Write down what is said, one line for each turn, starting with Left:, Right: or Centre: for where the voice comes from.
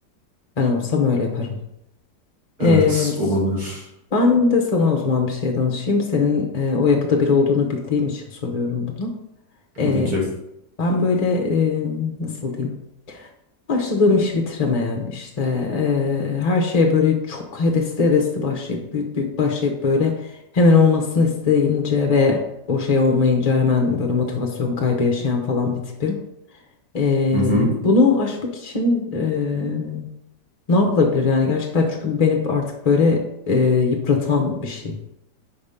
Left: Ben olsam öyle yaparım.
Right: Evet
Left: E,
Right: olabilir
Left: ben de sana o zaman bir şey danışayım. Senin e, o yapıda biri olduğunu bildiğim için soruyorum bunu.
Right: tabii
Left: E,
Right: ki.
Left: ben böyle e, nasıl diyeyim? Başladığım işi bitiremeyen işte eee, her şeye böyle çok hevesli hevesli başlayıp büyük büyük başlayıp böyle hemen olmasını isteyince ve o şey olmayınca hemen böyle motivasyon kaybı yaşayan falan bir tipim. Eee,
Right: Hı hı.
Left: bunu aşmak için eee, ne yapılabilir yani gerçekten çünkü bu beni artık böyle eee, yıpratan bir şey.